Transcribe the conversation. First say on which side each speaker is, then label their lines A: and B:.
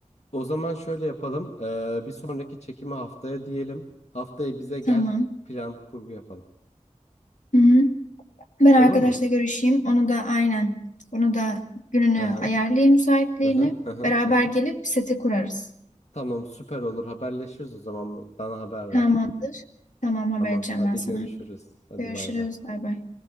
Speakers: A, on the left (about 60°); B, on the left (about 75°).
A: O zaman şöyle yapalım. Ee, bir sonraki çekimi haftaya diyelim. Haftaya bize gel.
B: Tamam.
A: Plan kurgu yapalım.
B: Hı-hı. Ben arkadaşla
A: Olur mu?
B: görüşeyim. Onu da aynen. Onu da gününü
A: Hı hı.
B: ayarlayayım müsaitliğini.
A: Hı hı. Hı hı.
B: Beraber
A: Hı hı.
B: gelip seti kurarız.
A: Tamam süper olur. Haberleşiriz o zaman. Bana haber ver.
B: Tamamdır. Tamam haber
A: Tamam.
B: edeceğim
A: Hadi
B: ben sana.
A: görüşürüz. Hadi
B: Görüşürüz.
A: bay bay.
B: Bay bay.